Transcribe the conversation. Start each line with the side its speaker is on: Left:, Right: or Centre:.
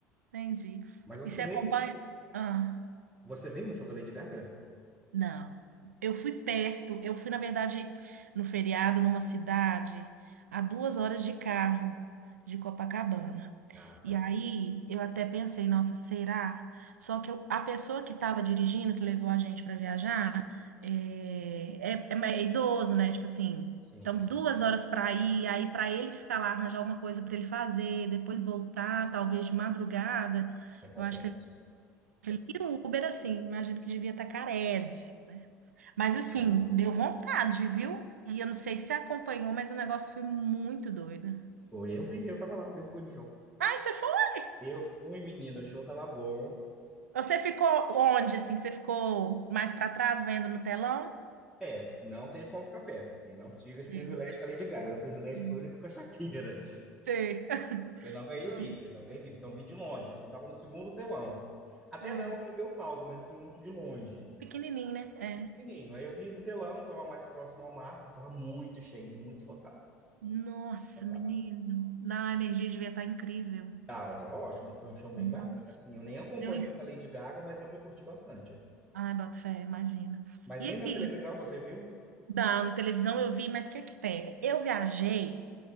Right: Entendi.
Centre: Mas você
Right: E você
Centre: veio,
Right: acompanha? Ah.
Centre: você veio no show da Lady Gaga?
Right: Não. Eu fui perto. Eu fui, na verdade, no feriado, numa cidade, a duas horas de carro de Copacabana.
Centre: Ah,
Right: E
Centre: tá.
Right: aí eu até pensei, nossa, será? Só que eu- a pessoa que estava dirigindo, que levou a gente para viajar, eh, é, é- é idoso, né? Tipo assim,
Centre: Sim,
Right: então
Centre: entendi.
Right: duas horas para ir, aí para ele ficar lá, arranjar alguma coisa para ele fazer, depois voltar, talvez de madrugada.
Centre: É
Right: Eu
Centre: complexo.
Right: acho que ele- e o Uber, assim, imagino que devia estar carésimo, né? Mas assim,
Centre: Tava.
Right: deu vontade, viu? E eu não sei se você acompanhou, mas o negócio foi muito doido.
Centre: Foi, eu vi, eu tava lá, eu fui no show.
Right: ai você foi?
Centre: Eu fui, menino, o show tava bom.
Right: Você ficou onde, assim? Você ficou mais pra trás, vendo no telão?
Centre: É, não teve como ficar perto, assim, não tive
Right: Sei.
Centre: esse privilégio com a Lady Gaga, meu privilégio
Right: Sim.
Centre: foi o único com a Shakira.
Right: Sei. <laughs>
Centre: Eu não ganhei o VIP, eu não ganhei VIP, então vi de longe, assim, tava no segundo telão. Até
Right: Ah,
Centre: dava pra ver o palco, mas assim, muito de longe.
Right: pequenininho, né? É.
Centre: Pequenininho, aí eu vi do telão, tava mais próximo ao mar, mas tava muito cheio, muito lotado.
Right: Nossa,
Centre: lotado.
Right: menino. Não, a energia devia estar incrível.
Centre: Tava, tava ótimo, foi um show bem
Right: Nossa.
Centre: bacana, assim, eu nem acompanho
Right: Eu...
Centre: muito a Lady Gaga, mas deu pra curtir bastante.
Right: Ai, boto fé, imagina.
Centre: Mas
Right: E
Centre: nem
Right: aqui?
Centre: na televisão, você viu?
Right: Não, na televisão eu vi, mas o que é que pega? Eu viajei